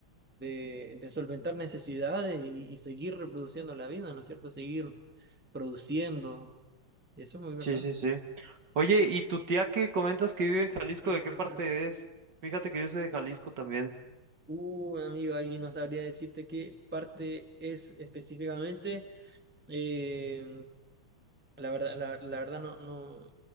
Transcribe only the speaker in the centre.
de, de solventar necesidades y, y seguir reproduciendo la vida, ¿no es cierto?, seguir produciendo. Eso es muy verdad.
<clears throat>
Uh, amigo, ahí no sabría decirte qué parte es específicamente. Eh, la verdad, la, la verdad no, no,